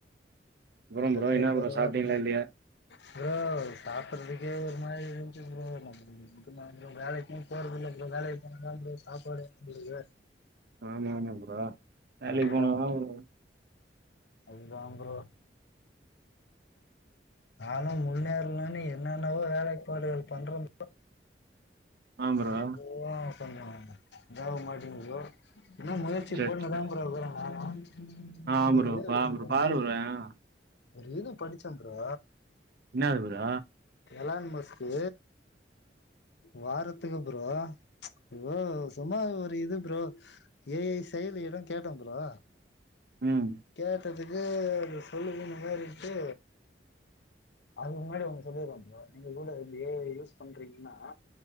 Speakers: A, on the right; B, on the left.
A: அப்றோ
B: மத்தபடி
A: ப்ரோ என்ன
B: <unintelligible>
A: ப்ரோ சாப்ட்டீங்களா இல்லையா
B: ப்ரோ சாப்புட்றதுக்கே ஒரு மாரி இருந்ச்சு ப்ரோ நம்பி இன்னைக்கு நா எங்கயு வேலைக்கு போறதில்ல ப்ரோ வேலைக்கு போன தா ப்ரோ சாப்பாடே நம்பளுக்கு
A: ஆமா ஆமா ப்ரோ வேலைக்கு
B: அது எதா
A: போனாதா
B: ஒன்னு
A: ப்ரோ
B: அது தா ப்ரோ நானு முன்னேறலான்னு என்னென்னவோ வேலைப்பாடுகள் பண்ற ப்ரோ
A: ஆ ப்ரோ
B: ஆனா எதுவு கொஞ்ச இதாக மாட்டிங்குது ப்ரோ இன்னு முயற்சி
A: செரி
B: போட்னுதா ப்ரோ இருக்குறே நானு
A: ஆ
B: ஒரு
A: ப்ரோ
B: இது
A: பா ப்ரோ
B: ஒரு
A: பாரு
B: இது
A: ப்ரோ ஆ
B: ஒரு இது படிச்சே ப்ரோ
A: என்னாது ப்ரோ
B: எளான் மஸ்க்கு வாரத் துக்கு ப்ரோ எதோ சும்மா ஒரு இது ப்ரோ ஏ ஐ செயல் இடங் கேட்டே ப்ரோ
A: ம்
B: கேட்டதுக்கு அத சொல்லுவோ இந்த மாரின்ட்டு அதுக்கு முன்னாடி அவ்ங்க சொல்லிருவாங்க ப்ரோ நீங்க கூட இந்த ஏ ஐ யூஸ் பண்றீங்கனா